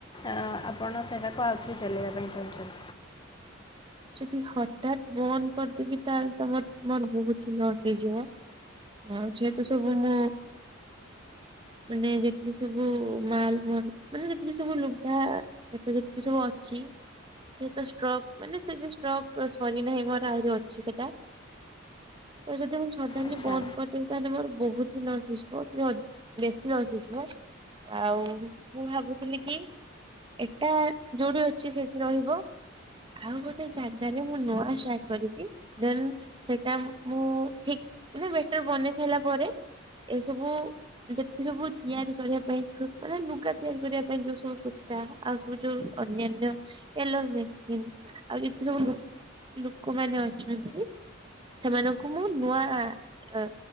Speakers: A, on the left; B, on the right.
A: ଆଁ ଆପଣ ସେଇଟାକୁ ଆଉ ଥରେ ଚଲେଇବା ପାଇଁ ଚାହୁଁଚନ୍ତି।
B: ଯଦି ହଠାତ୍ ବନ୍ଦ୍ କରଦେବି ତାହେଲେ ତମ ମୋର୍‌ ବୋହୁତ୍ ହି ଲସ୍ ହେଇଯିବ। ଆଉ ଯେହେତୁ ସବୁ ମୋ ମାନେ ଯେତିକି ସବୁ ମାଲ ମଲ୍ ମାନେ ଯେତିକି ସବୁ ଲୁଘା ଏଥେ ଯେତେ ସଉ ଅଛି ସେ ତ ଷ୍ଟ୍ର ମାନେ ସେ ଯେ ଷ୍ଟ୍ରକ୍ ସରିନାହିଁ ମୋର ଆହୁରି ଅଛି ସେଟା। ତ ଯଦି ମୁଁ ସଡନଲି
A: ଆଚ୍ଛା
B: ବନ୍ଦ କରିଦେବି ତାହେଲେ ମୋର ବୋହୁତ ହି ଲସ୍ ହେଇଯିବ ଟିଏ ଅ ବେଶୀ ଲସ୍ ହେଇଯିବ ଆଉ ମୁଁ ଭାବୁଥିଲି କି ଏଟା ଯୋଉଠି ଅଛି ସେଇଠି ରହିବ ଆଉ ଗୋ ଟେ ଜାଗାରେ ମୁଁ ନୂଆ ଷ୍ଟାର୍ଟ କରିକି ଦେନ୍ ସେଟା ମୁଁ ଠିକ୍ ମାନେ ବେଟର ବନେଇ ସାଇଲା ପରେ ଏସବୁ ଯେତିକି ସବୁ ତିଆରି କରିବା ପାଇଁ ସୂ ମାନେ ଲୁଗା ତିଆରି କରିବା ପାଇଁ ଯୋଉ ସବୁ ସୂତା ଆଉ ସବୁ ଯୋଉ ଅନ୍ୟାନ୍ୟ ଏଲୋର ମେସିନ୍। ଆଉ ଯେତକି ସଉ ଲୋକମାନେ ଅଛନ୍ତି ସେମାନଙ୍କୁ ମୁଁ ନୂଆ ଅ